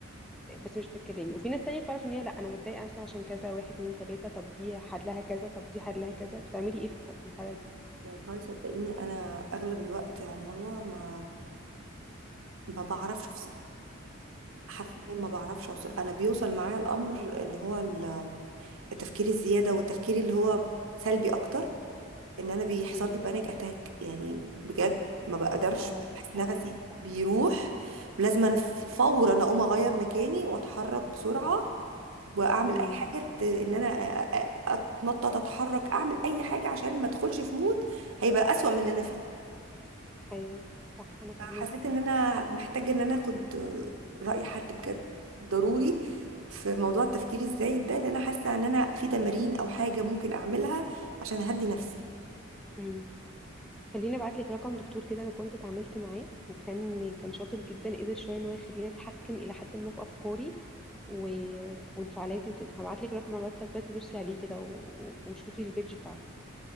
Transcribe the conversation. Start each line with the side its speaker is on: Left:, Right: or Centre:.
Centre: بس مش بتتكلمي وفي ناس تانية بتعرف ان هي لا انا متضايقه مثلا عشان كذا واحد اتنين تلاته طب دي حلها كذا طب دي حلها كذا بتعملي ايه في الح- في الحاله دي
Right: والله صدقيني انا اغلب الوقت يا مروه ما ما بعرفش افصل حرفيا ما بعرفش اوصل انا بيوصل معايا الامر اللي هو ال- التفكير الزياده والتفكير اللي هو سلبي اكتر ان انا بيحصل
Centre: امم
Right: لي بانيك اتاك يعني بجد ما بقدرش
Centre: اه
Right: بحس نفسي
Centre: ايوه أنا فاهمة
Right: بيروح ولازم فورا اقوم اغير مكاني واتحرك بسرعه واعمل
Centre: امم
Right: اي حاجه ت- ان انا أ- أ- اتنطط اتحرك اعمل اي حاجه عشان ما ادخلش في مود هيبقى اسوأ من اللي انا فيه
Centre: ايوه صح انا فاهماكي
Right: فحسيت
Centre: فعلا
Right: ان انا محتاجه ان انا اخد راي حد بجد ضروري في موضوع التفكير الزايد ده لان انا حاسه ان انا في تمارين او حاجه ممكن اعملها عشان اهدي نفسي
Centre: امم خليني ابعت لك رقم دكتور كده انا كنت اتعاملت معاه وكان كان شاطر جدا قدر شويه ان هو يخليني اتحكم الى حد ما في افكاري و... وانفعالاتي وكده هبعت لك رقم على الواتساب دلوقتي بصي عليه كده و... و- وشوفي البيج بتاعته